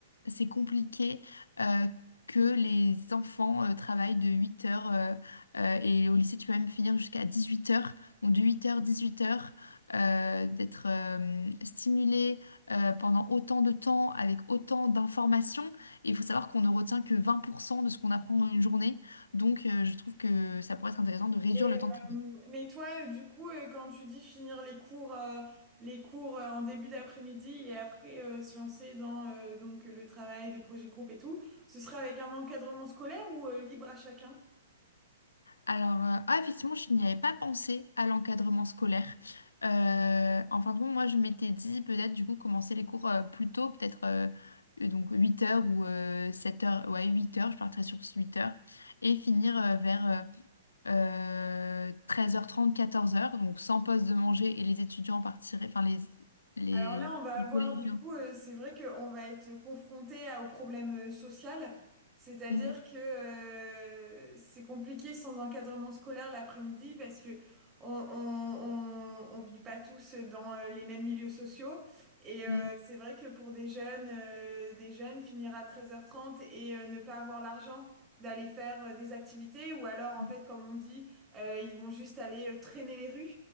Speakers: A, on the left; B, on the right.
A: c'est compliqué euh, que les enfants euh, travaillent de 8 heures, euh, euh, et au lycée, tu peux même finir jusqu'à 18 heures, donc de 8 heures, huit heures, euh, d'être euh, stimulé euh, pendant autant de temps, avec autant d'informations. Et il faut savoir qu'on ne retient que 20% de ce qu'on apprend en une journée, donc euh, je trouve que ça pourrait être intéressant de réduire
B: Et
A: le temps de travail.
B: euh, mais toi, euh, du coup, euh, quand tu dis finir les cours, euh, les cours euh, en début d'après-midi et après euh, se lancer dans euh, donc le travail de projet de groupe et tout, ce serait avec un encadrement scolaire ou euh, libre à chacun?
A: Alors, euh, ah, effectivement, je n'y avais pas pensé à l'encadrement scolaire. Euh, en fin de compte, moi, je m'étais dit peut-être, du coup, commencer les cours euh, plus tôt, peut-être euh, euh, donc huit heures ou euh, 7 heures, ouais, 8 heures, je partirais sur 8 heures, et finir euh, vers euh, euh, treize heures trente, quatorze heures. donc sans pause de manger, et les étudiants partiraient, enfin, les, les,
B: Alors là, on va avoir
A: les collégiens.
B: du coup, euh, c'est vrai qu'on va être confronté à- au problème euh, social, c'est-à-dire
A: Mm,
B: que euh, c'est compliqué sans encadrement scolaire l'après-midi parce que on, on, on, on vit pas tous dans euh, les mêmes milieux sociaux et euh,
A: mm,
B: c'est vrai que pour des jeunes, euh, des jeunes finir à 13h30 et euh, ne pas avoir l'argent d'aller faire euh, des activités ou alors en
A: mm.
B: fait, comme on dit, euh, ils vont juste aller euh, traîner les rues